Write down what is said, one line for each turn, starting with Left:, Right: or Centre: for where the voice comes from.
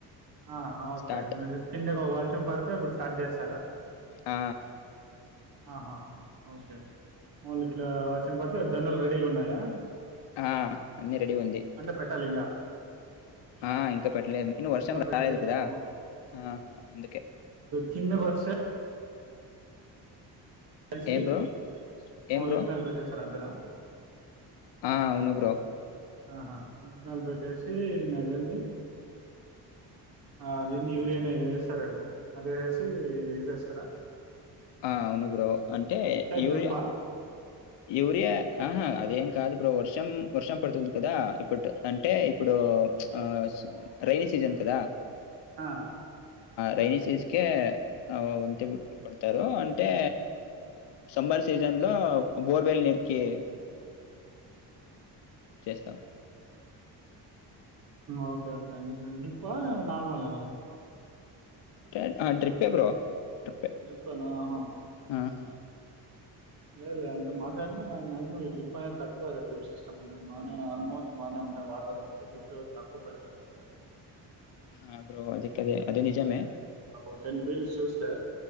Right: ఆ ఓకే
Left: స్టార్ట్
Right: మీరు తిండి పోవాల్ ర్షం పడితే అప్పుడు స్టార్ట్ చేస్తారా
Left: ఆ
Right: ఆహా ఓకే ఓన్లీ ఇట్లా వర్షం పడితే జొన్నలు రెడీగా ఉన్నాయా
Left: ఆ అన్నీ రెడీ ఉంది
Right: అంటే పెట్టాలి ఇంకా
Left: ఆ ఇంకా పట్లే ఇన్న వర్షం
Right: ఇంకా పెట్టలేదు
Left: రాలేదుకదా
Right: ఓహో
Left: ఆహా అందుకే
Right: కిందకి వస్తే కసి
Left: ఏం బ్రో ఏం
Right: మాౌలిత్నాల్
Left: బ్రో
Right: పెట్టే సార్ అంతేనా
Left: ఆ అవును బ్రో
Right: ఆహా ఇనాలు పెట్టేసి ఇం అదేంది అదేంది యూరియాని ఏది వేస్తారు కదా అది వేేసి ఇదిసేస్తారా
Left: ఆ అవును బ్రో అంటే యూరియా
Right: డ్రిప్పా
Left: యూరియా ఆహా అదేం కాదు బ్ర వర్షం వర్షం పడుతుంది కదా అంటే ఇప్పుడు ఆ రైనీ సీజన్ కథ
Right: ఆ
Left: రైైనీ సీజ్కే వంతి పడతారు అంటే సమ్మర్ సీజన్లో బోర్వల్ నేకే చేస్తాం
Right: ఓకే ఓకే రెండు ఒప్ప నాల్ వాళ్ళనా
Left: కాడ్ డ్రిప్ ఐ బ్రో ట్రిప్పే
Right: డ్రిపెనా ఆహా ఒకే
Left: ఆహా
Right: లేదు లేదు అంత మాస అంటే మాక్సిమమ్ ఈ డ్రిప్ అనేది తక్కువ పోారు డ్రిప్ సిస్టమ్ ఉన్నది బాగానే ఆల్మోస్ట్ బాగానే ఉంటాయి వాటర్ కాబట్టి డ్రిప్ తక్కువ పెడతారు అంతే
Left: ఆ బ్రో అది అదే అదే నిజమే
Right: ఇ టెన్ పీల్స్ చూస్తే